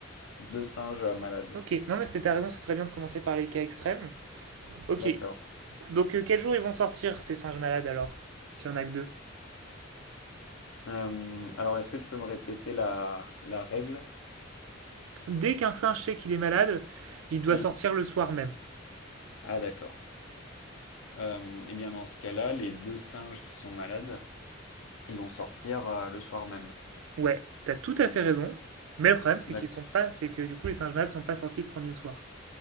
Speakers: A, on the left; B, on the right.
A: deux singes euh, malades.
B: Ok, non mais c'est ta raison, c'est très bien de commencer par les cas extrêmes. Ok,
A: D'accord.
B: donc euh, quel jour ils vont sortir ces singes malades alors? S'il y en a que deux.
A: Euh, alors, est-ce que tu peux me répéter la, la règle?
B: Dès qu'un singe sait qu'il est malade, il doit
A: Oui.
B: sortir le soir même.
A: Ah, d'accord. Euh, eh bien, dans ce cas-là, les deux singes qui sont malades, ils vont sortir euh, le soir même.
B: Ouais, t'as tout à fait raison, mais le problème c'est
A: D'accord.
B: qu'ils sont pas, c'est que du coup les singes malades sont pas sortis le premier soir.